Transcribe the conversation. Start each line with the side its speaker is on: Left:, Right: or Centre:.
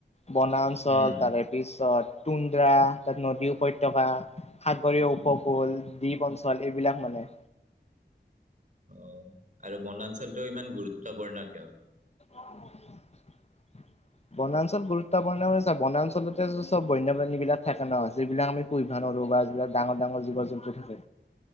Left: বনাঞ্চল
Right: উম।
Left: তাৰে পিছত তুন্দ্ৰা তাত নদী উপত্যকা্ সাগৰীয় উপকূল দ্বীপ অঞ্চল এইবিলাক মানে
Right: অ, আৰু বনাঞ্চলটো ইমান গুৰুত্বপূৰ্ণ কিয়?
Left: অ'। বনাঞ্চল গুৰুত্বপূৰ্ণ বুলিছে, বনাঞ্চলতে চব বন্যপ্ৰাণী বিলাক থাকে ন যিবিলাক আমি কুইভানৰু বা যিবিলাক ডাঙৰ, ডাঙৰ জীৱ-জন্তু থাকে।